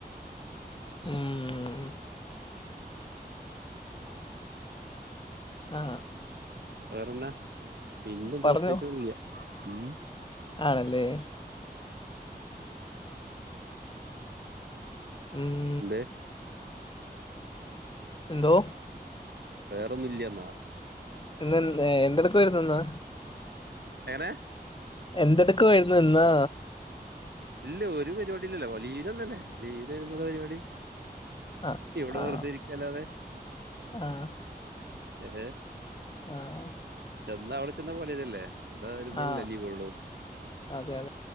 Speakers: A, on the left; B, on the right.
A: ഉംംംം ആഹ്
B: വേറെന്നാ പിന്നെന്താ
A: പറഞ്ഞോ
B: പ്രത്യേകിച്ച് ഒന്നില്ല ഉം
A: ആണല്ലേ ഉം
B: എന്തേ
A: എന്തോ
B: വേറൊന്നുല്ല്യന്നാ
A: ഇന്ന് എന്തെടുക്കുവാരുന്നിന്ന്
B: എങ്ങനെ
A: എന്തെടുക്കുവായിരുന്നു ഇന്ന്
B: ഇല്ല ഒരു പരിപാടി ഇല്ലല്ലോ ലീഗംതന്നെ ലീഗ് എന്താ പരിപാടി
A: ആ
B: ഇവിടെ
A: ആ
B: വെറുതെ ഇരിക്കല്ലാതെ
A: ആ
B: ഏഹ്
A: ആഹ്
B: ചെന്ന അവിടെ ചെന്ന പണില്ലല്ലേ ഇവിടെ വരുമ്പോഴല്ലേ
A: ആ
B: ലീവ് ഉള്ളൂ
A: അതെ അതെ